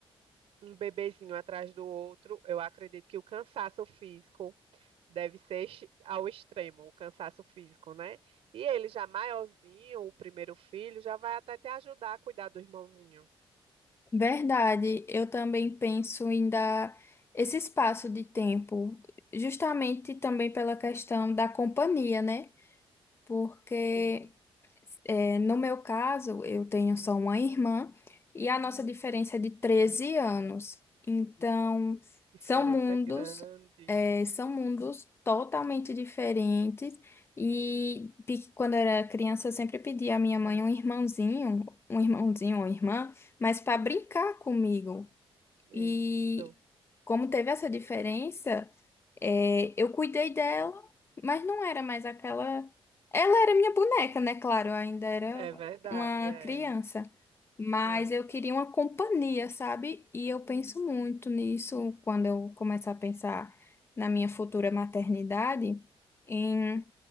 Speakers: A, on the right; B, on the left.
A: um bebezinho atrás do outro, eu acredito que o cansaço físico deve ser ex- ao extremo, o cansaço físico, né? E ele já maiorzinho, o primeiro filho, já vai até te ajudar a cuidar do irmãozinho.
B: Verdade, eu também penso em dar esse espaço de tempo, justamente também pela questão da companhia, né? Porque
A: Sim,
B: É, No meu caso, eu tenho só uma irmã e a nossa diferença é de 13 anos. Então,
A: diferença
B: são mundos,
A: grande.
B: é, são mundos totalmente diferentes. E pe- quando eu era criança, eu sempre pedia à minha mãe um irmãozinho, um irmãozinho ou irmã, mas para brincar comigo.
A: Isso.
B: E como teve essa diferença. É, eu cuidei dela, mas não era mais aquela. Ela era minha boneca, né? Claro, eu ainda era
A: É verdade,
B: uma
A: é.
B: criança. Mas
A: É.
B: eu queria uma companhia, sabe? E eu penso muito nisso quando eu começar a pensar na minha futura maternidade, em